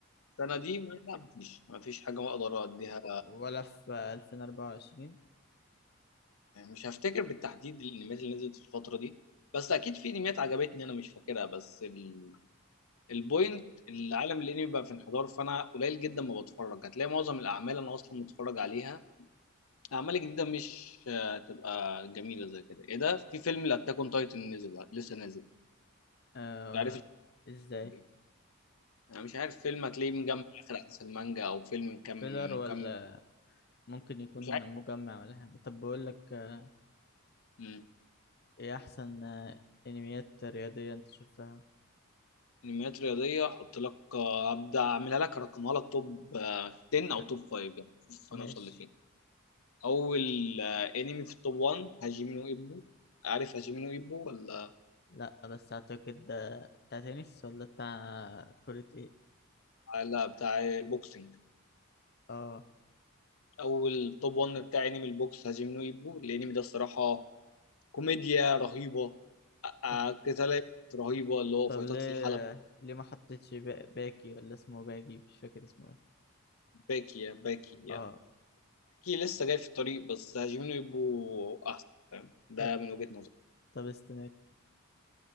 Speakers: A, on the left (about 75°); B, on the left (about 45°).
A: السنة دي لا مفيش مفيش حاجة أقدر أديها
B: و- ولا في 2024
A: مش هفتكر بالتحديد الأنميات اللي نزلت في الفترة دي بس أكيد في أنميات عجبتني أنا مش فاكرها بس ال... البوينت العالم الأنمي بقى في انحدار فأنا قليل جدا ما بتفرج هتلاقي معظم الأعمال أنا أصلا متفرج عليها أعمال جديدة مش آه، تبقى جميلة زي كده إيه ده في فيلم الأتاك أون تايتن نزل لسه نازل
B: آه
A: مش عارف
B: ازاي
A: الفيلم إيه. أنا مش عارف فيلم هتلاقيه مجمع آخر أحداث المانجا أو فيلم مكمل
B: فيلر ولا
A: مكمل
B: ممكن يكون
A: مش
B: مجمع ولا حاجة طب بقول لك آه،
A: عارف
B: ايه احسن آه، انميات رياضية انت شفتها
A: انميات رياضيه احط لك آه، ابدا اعملها لك ارقمها لك توب آه، 10
B: خ...
A: او توب 5 يعني شوف
B: ماشي
A: انا اوصل لفين اول آه، انمي في التوب 1 هاجيمي نو ايبو عارف هاجيمي نو ايبو ولا
B: لا بس اعتقد ده بتاع تنس ولا بتاع كرة ايه
A: لا بتاع البوكسنج
B: اه
A: اول توب 1 بتاع انمي البوكس هاجيمي نو ايبو الانمي ده الصراحه كوميديا رهيبه آه،
B: ط-
A: قتالات رهيبه اللي هو
B: طب
A: فايتات
B: ليه
A: في الحلبة
B: آه، ليه ما حطيتش با... باكي ولا اسمه باجي مش فاكر اسمه ايه
A: باكي يا باكي يعني
B: اه
A: باكي لسه جاي في الطريق بس هاجيمي نو ايبو احسن فاهم ده
B: طب
A: من وجهة نظري
B: طب استمر